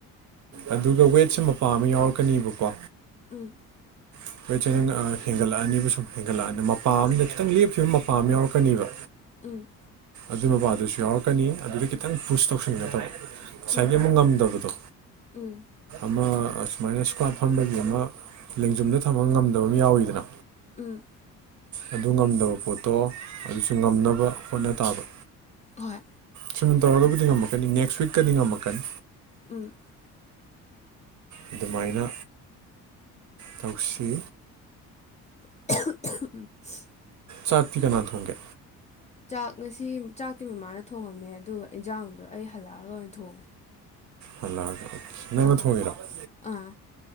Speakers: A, on the right (about 40°); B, on the left (about 15°).
A: ꯑꯗꯨꯒ ꯋꯦꯠꯁꯦ ꯃꯄꯥ ꯑꯃ ꯌꯥꯎꯔꯛꯀꯅꯦꯕꯀꯣ
B: ꯎꯝ
A: ꯍꯈꯣꯏ ꯆꯦꯉꯪ ꯍꯦꯟꯒꯠꯂꯛꯑꯅꯤꯕ ꯁꯨꯝ ꯍꯦꯟꯒꯠꯂꯛꯑꯅꯤ ꯃꯄꯥ ꯑꯝꯗ ꯈꯤꯇꯪ ꯂꯦꯞꯈꯤꯕ ꯃꯄꯥ ꯑꯃ ꯌꯥꯎꯔꯛꯀꯅꯤꯕ
B: ꯎꯝ
A: ꯑꯗꯨ ꯃꯕꯥꯗꯨꯁꯨ ꯌꯥꯎꯔꯛꯀꯅꯤ ꯑꯗꯨꯗ ꯈꯤꯇꯪ ꯄꯨꯁ ꯇꯧꯁꯟꯒꯗꯕ ꯉꯁꯥꯏꯒꯤ
B: ꯎꯝ
A: ꯑꯃꯨꯛ ꯉꯝꯗꯕꯗꯣ
B: ꯎꯝ
A: ꯑꯃ ꯑꯨꯃꯥꯏꯅ ꯏꯁꯀ꯭ꯋꯥꯠ ꯐꯝꯕꯒꯤ ꯑꯃ ꯂꯦꯡꯖꯨꯝꯗ ꯊꯝꯕ ꯉꯝꯗꯕ ꯑꯃ ꯌꯥꯎꯋꯤꯗꯅ
B: ꯎꯝ
A: ꯑꯗꯨ ꯉꯝꯗꯕ ꯄꯣꯠꯇꯣ ꯑꯗꯨꯁꯨ ꯉꯝꯅꯕ ꯍꯣꯠꯅ ꯇꯥꯕ
B: ꯍꯣꯏ
A: ꯁꯨꯝꯅ ꯇꯧꯔꯒꯕꯨꯗꯤ ꯉꯝꯃꯛꯀꯅꯤ ꯅꯦꯛꯁ ꯋꯤꯛꯀꯗꯤ ꯉꯝꯃꯛꯀꯅꯤ
B: ꯎꯝ
A: ꯑꯗꯨꯃꯥꯏꯅ ꯇꯧꯁꯤ
B: ꯎ
A: ꯆꯥꯛꯇꯤ ꯀꯅꯥ ꯊꯣꯡꯒꯦ
B: ꯆꯥꯛ ꯉꯁꯤ ꯆꯥꯛꯇꯤ ꯃꯃꯥꯅ ꯊꯣꯡꯉꯝꯃꯦ ꯑꯗꯨꯒ ꯏꯟꯖꯥꯡꯗꯣ ꯑꯩ ꯍꯜꯂꯛꯑꯒ ꯑꯣꯏꯅ ꯊꯣꯡꯉꯦ
A: ꯍꯂꯛꯑ ꯅꯪꯅ
B: ꯑꯥ
A: ꯊꯣꯡꯉꯔꯣ
B: ꯑꯥ